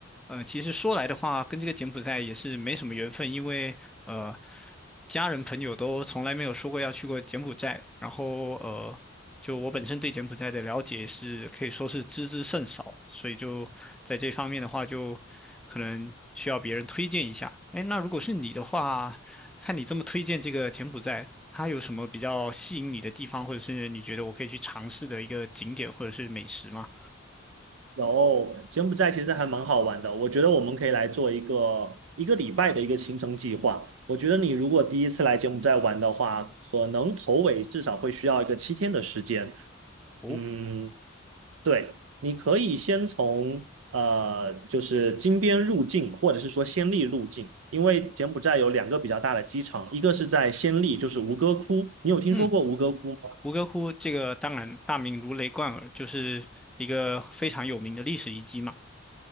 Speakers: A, in the centre; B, on the right.
A: 呃，其实说来的话，跟这个柬埔寨也是没什么缘分，因为呃，家人朋友都从来没有说过要去过柬埔寨，然后呃，就我本身对柬埔寨的了解是可以说是知之甚少，所以就在这方面的话，就可能需要别人推荐一下。哎，那如果是你的话，看你这么推荐这个柬埔寨，它有什么比较吸引你的地方，或者是你觉得我可以去尝试的一个景点或者是美食吗？
B: 有，柬埔寨其实还蛮好玩的，我觉得我们可以来做一个一个礼拜的一个行程计划。我觉得你如果第一次来柬埔寨玩的话，可能头尾至少会需要一个七天的时间。
A: 哦，
B: 嗯，对，你可以先从呃，就是金边入境，或者是说暹粒入境，因为柬埔寨有两个比较大的机场，一个是在暹粒，就是吴哥窟，你有听说过吴哥窟吗？
A: 嗯。吴哥窟这个当然大名如雷贯耳，就是一个非常有名的历史遗迹嘛。